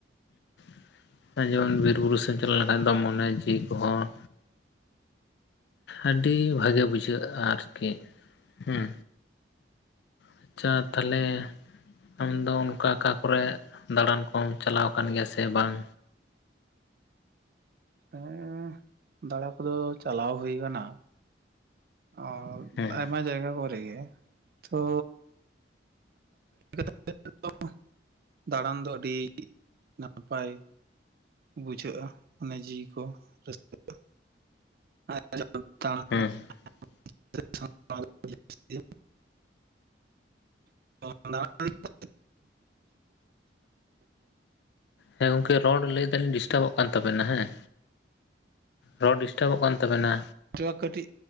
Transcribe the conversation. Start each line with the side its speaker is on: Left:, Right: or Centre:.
Left: <inaudible> ᱡᱮᱢᱚᱱ ᱵᱤᱨ ᱵᱩᱨᱩ ᱥᱮᱫ ᱮᱢ ᱪᱟᱞᱟᱣ ᱞᱮᱱᱠᱷᱟᱱ ᱟᱫᱚᱢ ᱢᱚᱱᱮ ᱡᱤᱣᱤ ᱠᱚᱦᱚᱸ ᱟᱹᱰᱤ ᱵᱷᱟᱜᱮ ᱵᱩᱡᱷᱟᱹᱜᱼᱟ ᱟᱨᱠᱤ ᱦᱩᱸ ᱟᱪᱪᱷᱟ ᱛᱟᱦᱞᱮ ᱟᱢ ᱫᱚ ᱚᱱᱠᱟ ᱚᱠᱟ ᱠᱚᱨᱮᱫ ᱫᱟᱬᱟᱱ ᱠᱚᱢ ᱪᱟᱞᱟᱣ ᱟᱠᱟᱱ ᱜᱮᱭᱟ ᱥᱮ ᱵᱟᱝ
Right: ᱦᱮᱸ ᱫᱟᱬᱟ ᱠᱚᱫᱚ ᱪᱟᱞᱟᱣ ᱦᱩᱭ ᱠᱟᱱᱟ ᱚ
Left: ᱦᱮᱸ
Right: ᱟᱭᱢᱟ ᱡᱟᱭᱜᱟ ᱠᱚᱨᱮ ᱜᱮ ᱛᱚ <inaudible> ᱫᱟᱬᱟᱱ ᱫᱚ ᱟᱹᱰᱤ ᱱᱟᱯᱟᱭ ᱵᱩᱡᱷᱟᱹᱜᱼᱟ ᱢᱚᱱᱮ ᱡᱤᱣᱤ ᱠᱚ ᱨᱟᱹᱥᱠᱟᱹᱜᱼᱟ <inaudible>
Left: <unintelligible>
Right: <unintelligible>
Left: ᱦᱮᱸ ᱜᱚᱢᱠᱮ ᱨᱚᱲ ᱞᱟᱹᱭ ᱫᱟᱞᱤᱧ ᱰᱤᱥᱴᱟᱵᱚᱜ ᱠᱟᱱ ᱛᱟᱵᱮᱱᱟ ᱦᱮᱸ ᱨᱚᱲ ᱰᱤᱥᱴᱟᱵᱚᱜ ᱠᱟᱱ ᱛᱟᱵᱮᱱᱟ
Right: ᱱᱮᱴᱣᱟᱨᱠ ᱠᱟᱹᱴᱤᱡ